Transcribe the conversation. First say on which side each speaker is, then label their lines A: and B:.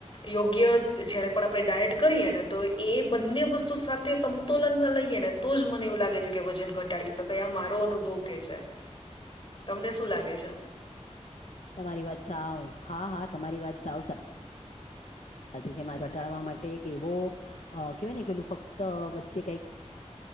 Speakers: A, on the left; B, on the left.
A: યોગ્ય જયારે પણ આપણે ડાયટ કરીએ નેતો એ બંને વસ્તુ સાથે સમ તોલનમાં લઈએ નેતો જ મને એવું લાગે છે, કે વજન ઘટાડી શકાય આ મારો અનુભવ કે છે. તમને શું લાગે છે.
B: તમારી વાત સાવ હા, હા તમારી વાત સાવ સા સાચી છે મા ઘટાડવા માટે કે એવો કહેવાય ને કેલું ફક્ત વચ્ચે કઈક